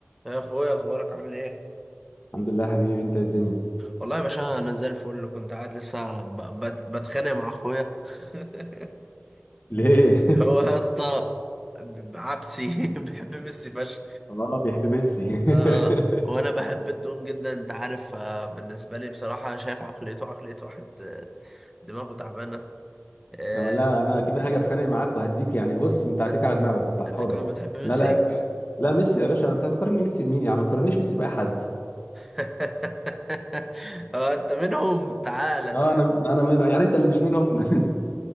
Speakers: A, in the centre; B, on the left (about 45°).
A: يا اخويا اخبارك عامل ايه
B: الحمد لله يا حبيبي انت إيه الدنيا
A: والله يا باشا انا زي الفل كنت قاعد لسه ب... بت... بتخانق مع اخويا <laughs>
B: ليه
A: هو يا اسطى عبسي <laughs> بحب ميسي فشخ
B: <laughs> اه بيحب ميسي
A: اه
B: <laughs>
A: اه وانا بحب الدون جدا انت عارف آه، بالنسبه لي بصراحه أنا شايف عقليته عقليه واحد آه، دماغه تعبانه آه،
B: آه، لا انا كده هاجي اتخانق معاك وهديك يعني بص انت هديك
A: انت
B: على دماغك انت حر
A: أنت كمان بتحب ميسي
B: لا لا لا ميسي يا باشا انت هتقارني ميسي بمين يا عم ما تقارنيش ميسي باي حد
A: <laughs> اه انت منهم تعالى
B: اه
A: تعالى
B: انا انا منه يعني انت اللي مش منهم <laughs>